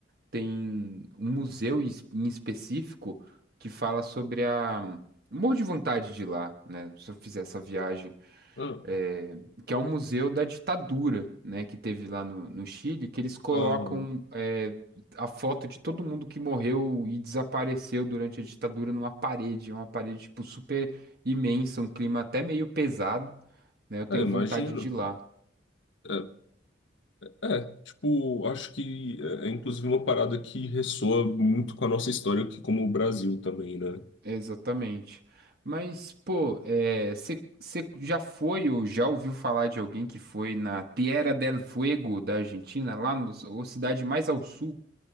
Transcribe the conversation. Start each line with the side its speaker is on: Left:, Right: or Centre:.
Right: tem um museu em es- em específico que fala sobre a. Morro de vontade de ir lá, né? Se eu fizer essa viagem,
Left: Ah,
Right: é, que é um museu da ditadura, né? Que teve lá no, no Chile, que eles colocam
Left: aham.
Right: é, a foto de todo mundo que morreu e desapareceu durante a ditadura numa parede, é uma parede tipo super imensa, um clima até meio pesado, né? Eu tenho
Left: É, imagino.
Right: vontade de ir lá.
Left: É, é, tipo, acho que é, é inclusive uma parada que ressoa muito com a nossa história aqui como o Brasil também, né?
Right: É, Exatamente. Mas, pô, você já foi ou já ouviu falar de alguém que foi na Tierra del Fuego da Argentina, lá na cidade mais ao sul?